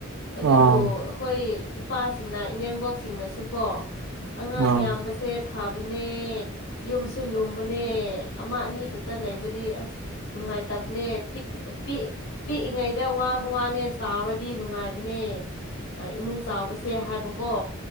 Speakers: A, on the left; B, on the right.
A: ꯑꯗꯨꯕꯨ
B: ꯑꯥ
A: ꯑꯩꯈꯣꯏ ꯏꯄꯥꯁꯤꯡꯅ ꯏꯅꯦꯝꯕꯣꯛꯁꯤꯡꯅꯁꯨꯀꯣ ꯑꯉꯥꯡ
B: ꯑꯥ
A: ꯌꯥꯝꯕꯁꯦ ꯐꯕꯅꯦ ꯌꯨꯝꯁꯨ ꯂꯨꯝꯕꯅꯦ ꯑꯃ ꯑꯅꯤ ꯈꯛꯇ ꯂꯩꯕꯗꯤ ꯑꯁ ꯉꯥꯏ ꯇꯞꯅꯦ ꯄ
B: <inaudible>
A: ꯄꯤꯛꯏꯉꯩꯗ ꯋꯥꯕ ꯋꯥꯅꯦ ꯆꯥꯎꯔꯗꯤ ꯅꯨꯡꯉꯥꯏꯕꯅꯦ ꯏꯃꯨꯡ ꯆꯥꯎꯕꯁꯦ ꯍꯥꯏꯕꯥꯁꯤ